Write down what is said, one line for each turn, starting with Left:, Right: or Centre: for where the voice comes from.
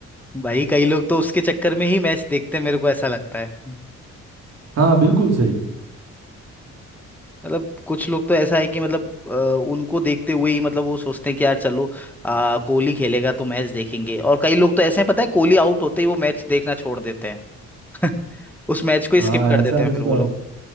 Centre: भाई कई लोग तो उसके चक्कर में ही मैच देखते हैं मेरे को ऐसा लगता है
Right: हाँ बिल्कुल सही
Centre: मतलब कुछ लोग तो ऐसा है कि मतलब अ, उनको देखते हुए ही मतलब वो सोचते हैं कि यार चलो आ, कोहली खेलेगा तो मैच देखेंगे और कई लोग तो ऐसे हैं पता है कोहली आउट होते ही वो मैच देखना छोड़ देते हैं <laughs> उस मैच को
Right: हाँ
Centre: स्किप कर
Right: ऐसा
Centre: देते हैं
Right: उसका
Centre: फिर वो लोग